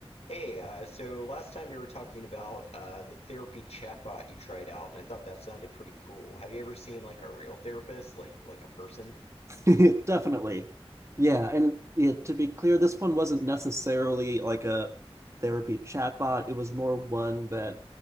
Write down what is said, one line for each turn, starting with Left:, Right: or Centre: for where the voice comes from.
Left: Hey, uh, so last time we were talking about uh, the therapy chatbot you tried out, and I thought that sounded pretty cool. Have you ever seen like a real therapist, like like a person?
Right: <laughs> Definitely. Yeah, and yeah, to be clear, this one wasn't necessarily like a therapy chatbot. It was more one that